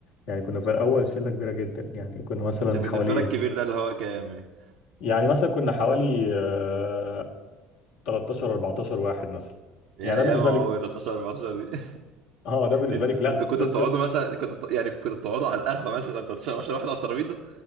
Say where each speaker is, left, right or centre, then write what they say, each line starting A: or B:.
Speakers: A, on the left; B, on the right.
A: يعني كنا في الاول شلة كبيرة جدا يعني كنا مثلا
B: انت بالنسبه
A: حوالي
B: لك كبير ده اللي هو كام يعني؟
A: يعني مثلا كنا حوالي آه، 13 14 واحد مثلا
B: يا
A: يعني
B: يا
A: ده بالنسبة
B: ما هو
A: لك
B: 13 14 دي <laughs>
A: اه ده بالنسبه
B: انت
A: لك لا
B: انتوا كنتوا
A: دول
B: بتقعدوا مثلا كنتوا بت- يعني كنتوا بتقعدوا على القهوه مثلا 13 عشان واحد على الترابيزه